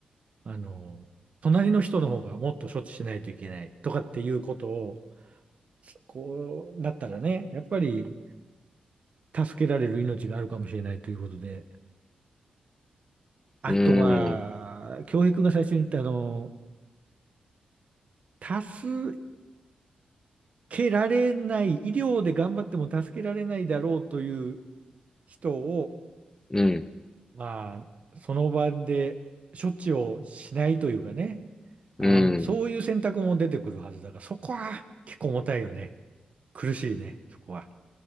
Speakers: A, on the right; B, on the left.
A: あの、隣の人の方がもっと処置しないといけないとかっていうことを、こうなったらね、やっぱり助けられる命があるかもしれないということで、あとは、
B: い。うん。
A: 教育が最初に言ったあの、多数、けられない、医療で頑張っても助けられないだろうという人を、
B: うん。
A: まあ、その場で処置をしないというかね、あ、
B: うん。
A: そういう選択も出てくるはずだから、そこは結構重たいよね。苦しいね、そこは。